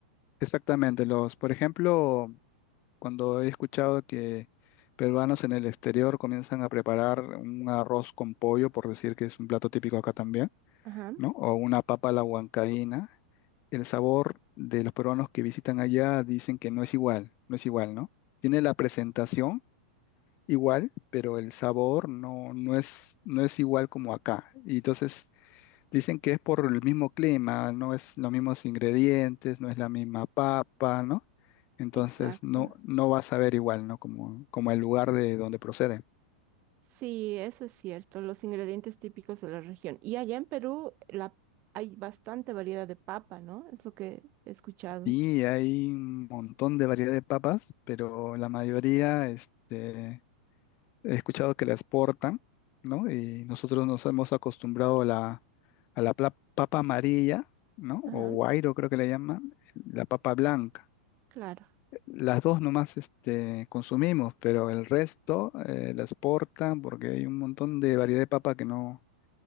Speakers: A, on the left (about 35°); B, on the right (about 35°).
A: exactamente. Los, por ejemplo, Cuando he escuchado que peruanos en el exterior comienzan a preparar un arroz con pollo, por decir que es un plato típico acá también,
B: Ajá,
A: ¿no? O una papa a la huancaína, el sabor de los peruanos que visitan allá dicen que no es igual, no es igual, ¿no? Tiene la presentación igual, pero el sabor no, no es, no es igual como acá. Y entonces Dicen que es por el mismo clima, no es los mismos ingredientes, no es la misma papa, ¿no? Entonces
B: exacto.
A: no, no vas a ver igual, ¿no? Como, como el lugar de donde procede.
B: Sí, eso es cierto, los ingredientes típicos de la región. Y allá en Perú la, hay bastante variedad de papa, ¿no? Es lo que he escuchado.
A: Y hay un montón de variedad de papas, pero la mayoría, este, he escuchado que la exportan, ¿no? Y nosotros nos hemos acostumbrado a la, a la pla- papa amarilla, ¿no?
B: Ajá,
A: O guairo creo que le llaman, la papa blanca.
B: claro.
A: las dos nomás este, consumimos, pero el resto eh, la exportan porque hay un montón de variedad de papa que no,